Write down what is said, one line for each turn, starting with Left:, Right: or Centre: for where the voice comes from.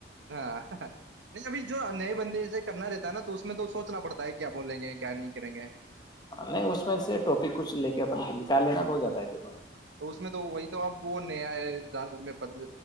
Right: ہاں نہیں ابھی جو نئے بندے سے کرنا رہتا <inaudible> نا تو اس میں تو سوچنا پڑتا ہے کیا بولیں گے کیا نہیں کریں گے
Left: نہیں اس میں سے ٹوپی کچھ لے کے اپن نکال لینا جاتا ہے پھر
Right: تو اس میں تو وہی تو اب وہ نیائے جان میں پد